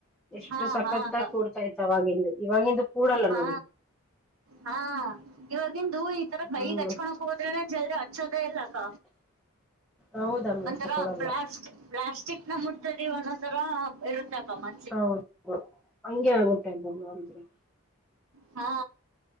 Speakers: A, in the centre; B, on the right (about 70°).
A: ಎಷ್ಟು
B: ಹಾ
A: ಸಖತಗಿ
B: ಹಾ ಅಕ್ಕ
A: ಕೂಡ್ತಾ ಇದ ಅವಾಗಿಂದು ಇವಾಗಿಂದು. ಕೂಡಲ್ಲ
B: ಹಾ
A: ನೋಡಿ
B: ಹಾ ಇವಾಗಿಂದು ಇ ಈಥರ ಕೈಗೆ
A: ಹ್ಮ್
B: ಅಚ್ಕೋನೇಕ ಹೋದ್ರನೆ ಜಲ್ದಿ ಹಚ್ಚೋದನೆ ಇಲ್ಲಕ್ಕ.
A: ಹೌದಮ್ಮಿ
B: ಒಂಥರ
A: ಕೂಡಲ್ಲ
B: ಪ್ಲಾಸ್ಟ ಪ್ಲಾಸ್ಟಿಕನ ಮುಟದೀ ಒಂದಂದ ತರ ಇರುತ್ತಕ್ಕ ಮ
A: ಹಾ ಹಂಗೆ ಆಗುತ್ತೆ ಅಂತ ನೋಡಿದ್ರೆ.
B: ಹಾ